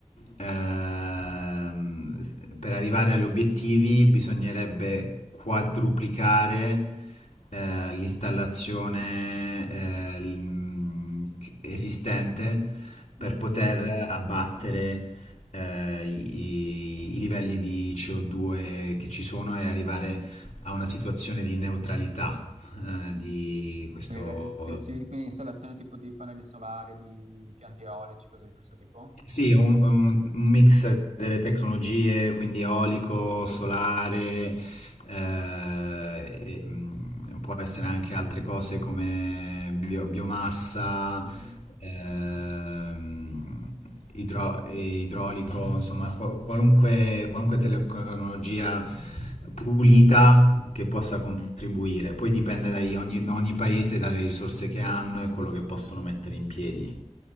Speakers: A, on the left (about 85°); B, on the right (about 75°).
A: ehm, s- per arrivare agli obiettivi bisognerebbe quadruplicare eh, l'installazione eh, l- mh, esistente per
B: Mm.
A: poter abbattere eh, i, i livelli di CO2 che ci sono e arrivare a una situazione di neutralità, eh, di questo...
B: Quindi, beh, ti- ti- quindi installazione tipo di pannelli solari, di, di impianti eolici, cose di questo tipo?
A: Sì, è un, un- un mix delle tecnologie, quindi eolico, solare, eh, e, mm, può essere anche altre cose come bio- biomassa,
B: Mhm.
A: ehm, idro- idraulico, insomma, qua- qualunque, qualunque tecnologia pulita che possa contribuire. Poi dipende da ogni, da ogni paese, dalle risorse che hanno e quello che possono mettere in piedi.